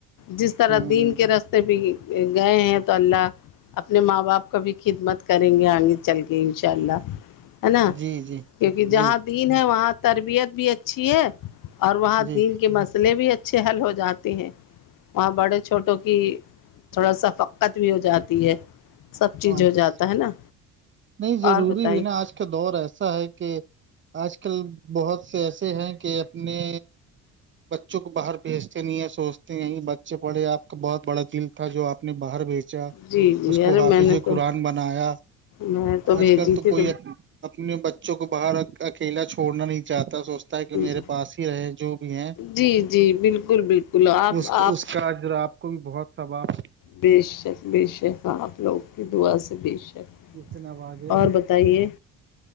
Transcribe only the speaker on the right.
ہ
جی جی
جی
جی
اچھا
نہیں ضروری
بھی نا آج کا دور ایسا ہے کہ آج کل بہت سے ایسے ہیں کہ اپنے بچوں کو باہر بھیج نہیں یہ سوچتے ہیں بچے پڑے آپ کا بہت بڑا دل تھا جو آپ نے باہر بھیج اا
اس کو
حافظ
قرآن بنایا
آج
کل تو
کوئی اپنے بچوں کو باہر اکیلا چھوڑنا نہیں چاہتا سوچتا کہ
میرے پاس ہی رہے جو بھی ہیں
اس کو
اس کا جو آپ کو بھی بہت سثباب
کتنا بازے